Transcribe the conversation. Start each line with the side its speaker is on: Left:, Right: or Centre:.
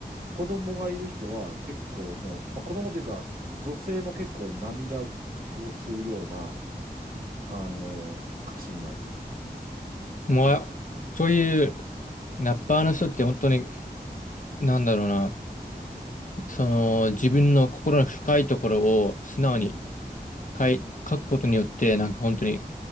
Right: 子供がいる人は結構もう、まあ、子供というか、女性も結構涙をするような、あの、歌詞になってる。
Left: ー、もう、あそういうラッパーの人って本当に、なんだろうな、その、自分の心の深いところを素直に
Right: うん。
Left: 書い、書くことによって、なんか本当に